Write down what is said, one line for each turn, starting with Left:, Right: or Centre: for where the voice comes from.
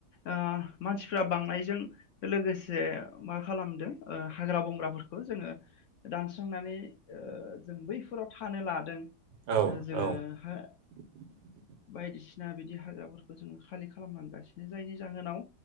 Left: ओ मानसिफ्रा बांनायजों लोगोसे मा खालामदों ओ हाग्रा बंग्राफोरखौ जोङो दानस्रांनानै ओ जों बैफोराव थानो लादों
Right: औ
Left: जोङो
Right: औ
Left: हो
Right: <inaudible>
Left: बायदिसिना बिदि हाग्राफोरखौ जोङो खालि खालामलांगासिनो जायनि जाहोनाव